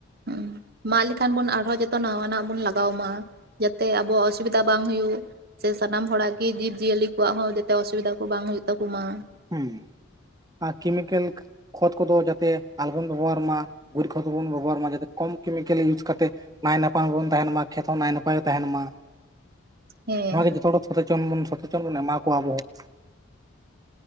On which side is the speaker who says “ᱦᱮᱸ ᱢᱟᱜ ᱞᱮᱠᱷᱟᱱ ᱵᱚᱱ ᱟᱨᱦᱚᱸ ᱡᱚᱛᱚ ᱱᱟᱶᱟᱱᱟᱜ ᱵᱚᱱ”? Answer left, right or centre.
Right